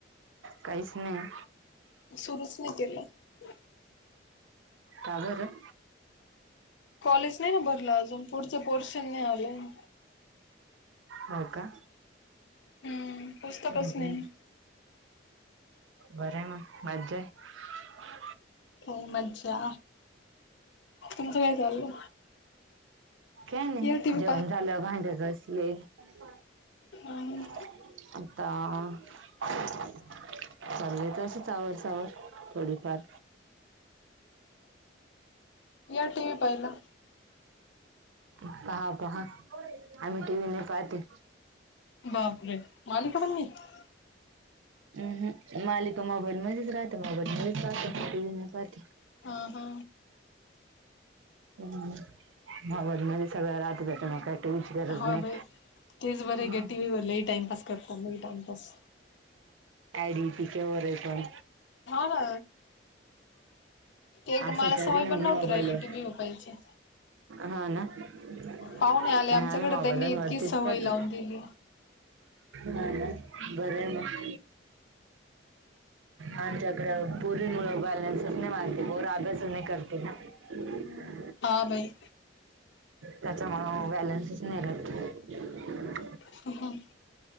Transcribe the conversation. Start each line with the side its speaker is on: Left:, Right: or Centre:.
Right: काहीच नाही
Left: सुरूच नाही केलं
Right: का बरं
Left: कॉलेज नाही ना भरलं अजून पुढचं पोर्शन नाही आलं
Right: हो का
Left: हम्म पुस्तकच
Right: हम्म
Left: नाही
Right: हम्म बरं आहे म मज्जा आहे
Left: हो मज्जा तुमचं काय चाललं
Right: काय नाही
Left: या टी व्ही
Right: जेवणं झालं भांड घासले हो
Left: हम्
Right: आता चाललंय तसं सावर सावर थोडीफार
Left: या टीव्ही पाहिलाय
Right: पहा पहा आम्ही टीव्ही नाही पाहते
Left: बापरे मालिका पण नाही
Right: हम् हम मालिका मोबाईल मध्येच राहते, मोबाईल मध्येच पाहते टीव्ही नाही पाहते
Left: हा हा
Right: हम्म मोबाइलमध्ये सगळं राहतं त्यांच्यामुळं काय टीव्हीची गरज
Left: हा
Right: नाही.
Left: बाई तेच बरं
Right: हम्म.
Left: हाय गं टीव्ही वर लय टाईमपास करतं चाललंय टाईमपास
Right: डीपी च्या वर आय कोण
Left: ना ते एकदा
Right: असं
Left: मला
Right: तरी
Left: सवय
Right: म
Left: पण नव्हती
Right: मोगडलं
Left: राहिली टी व्ही वर पाहायची
Right: हा ना नाही
Left: पाहुणे आले आमच्याकडे
Right: आम्ही मोबाईलून
Left: त्यांनी इतकी
Right: भरतेच
Left: सवय
Right: पत
Left: लावून दिली
Right: हा बर मग आमच्याकडे पोरी मुळ बॅलेनसेसच नाही मारते पोर आभेस नाही करते ना हम्
Left: हा भाई
Right: त्याच्यामुळं बॅलन्सच नाही भरत
Left: ह ह